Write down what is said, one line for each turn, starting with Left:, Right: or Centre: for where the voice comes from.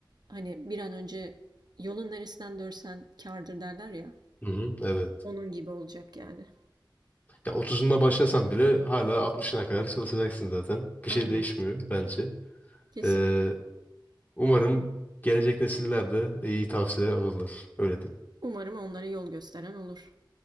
Right: hani bir an önce yolun neresinden dörsen kârdır derler ya.
Left: Hı hı, evet.
Right: Onun gibi olacak yani.
Left: Ya 30'unda başlasan bile hala 60'ına kadar çalışacaksın zaten. Bir
Right: Aynen.
Left: şey değişmiyor bence.
Right: Kesinlikle.
Left: Ee, umarım gelecek nesiller de iyi tavsiyeler alırlar. Öyle diyeyim.
Right: Umarım onlara yol gösteren olur.